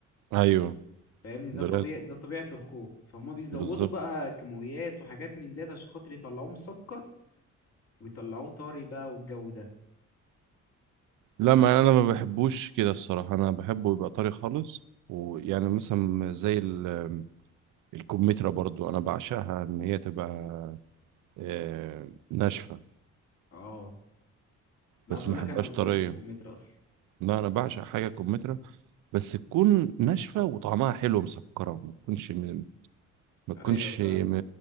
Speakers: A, on the right; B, on the left.
A: ايوه
B: فاهمني ده
A: دراسه
B: طبيعي ده طبيعة الخوخ فهما بيزودوا
A: بالظبط
B: بقى كيماويات وحاجات من ديت عشان خاطر يطلعوه مسكر ويطلعوه طري بقى والجو ده
A: لا ما انا ما بحبوش كده الصراحه انا بحبه يبقى طري خالص ويعني مثلا زي ال- الكمثرى برضو انا بعشقها ان هي تبقى آه، ناشفه
B: اه انا
A: بس
B: عاوز اقول
A: ما بحبهاش
B: لك انا ما باكلش
A: طريه
B: الكمثرى اصلا
A: لا انا بعشق حاجه كمثرى بس تكون ناشفه وطعمها حلو مسكره ما تكونش م- ما تكونش
B: ايوه فاهمك
A: م-